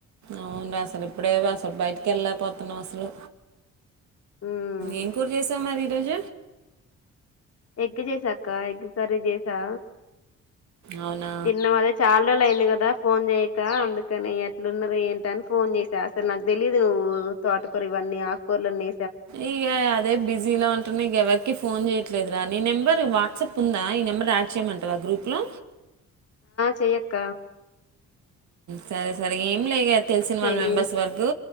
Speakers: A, on the right; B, on the left.
A: అవును అసలు ఇప్పుడే అసలు బయటికి వెళ్ళలేకపోతున్నాం అసలు
B: ఉమ్
A: ఏం కూర చేసావ్ మరి టజ
B: ఎగ్ చేసాక్క ఎగ్ కర్రీ చేసా
A: అవునా
B: తిన్న అదే చాల రోజుల అయింది కదా ఫోన్ చేయక్క అందుకని ఎట్లున్నారు ఏంట అని ఫోన్ చేసి అసలు నాకు తెలిదు నువ్వు తోటకూర ఇవన్నీ ఆకుకూరలు అన్నీ
A: ఇక అదే బిజీలా ఉంటుందిక ఎవరికి ఫోన్ చే ట్లేదురా నీ నెంబర్ వాట్సాప్ ఉందా ఈ నెంబర్ యాడ్ చేయమంటావా గ్రూప్లో
B: చెయక్క
A: సరే సరే లే తెలిసిన
B: చెయ్యి
A: వాళ్ళ మెంబర్స్ వరకు